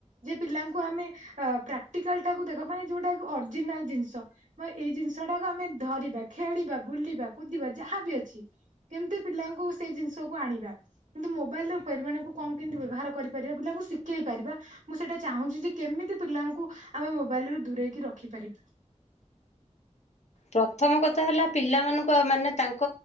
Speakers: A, on the right; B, on the left.
A: ଯେ ପିଲାଙ୍କୁ ଆମେ ପ୍ରାକ୍ଟିକାଲ ଟାକୁ ଦେଖ ମାନେ ଯୋଉଟା କି ଅରିଜିନାଲ୍ ଜିନିଷ। ମ ଏଇ ଜିନିଷ ଟାକୁ ଆମେ ଧରିବା ଖେଳିବା ବୁଲିବା କୁଦିବା ଯାହାବି ଅଛି। କେମିତି ପିଲାଙ୍କୁ ସେଇ ଜିନିଷକୁ ଆଣିବା। କିନ୍ତୁ ମୋବାଇଲ ର ପରିମାଣଙ୍କୁ କମ୍ କେମିତି ବ୍ୟବହାର କରିପାରିବା ପିଲାଙ୍କୁ ଶିଖେଇ ପାରିବା ମୁଁ ସେଇଟା ଚାହୁଁଛି ଯେ କେମିତି ପିଲାଙ୍କୁ ଆମେ ମୋବାଇଲ ରୁ ଦୂରେଇକି ରଖିପାରିବୁ।
B: ପ୍ରଥମ କଥା ହେଲା ପିଲାମାନଙ୍କ ମାନେ ତାଙ୍କ